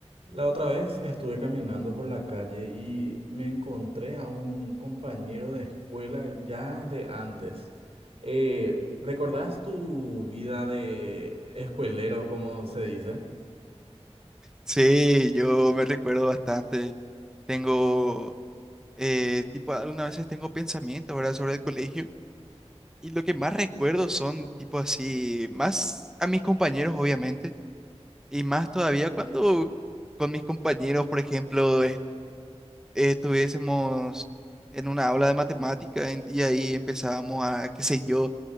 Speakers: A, on the right; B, in the centre.
A: La otra vez estuve caminando por la calle y me encontré a un compañero de escuela ya de antes. Eh, ¿recordás tu vida de escuelero, como se dice?
B: Sí, yo me recuerdo bastante. Tengo, eh, tipo, algunas veces tengo pensamientos, ¿verdad? Sobre el colegio. Y lo que más recuerdo son, tipo, así, más a mis compañeros, obviamente. Y más todavía cuando con mis compañeros, por ejemplo, est- estuviésemos en una aula de matemática en- y ahí empezábamos a, qué sé yo,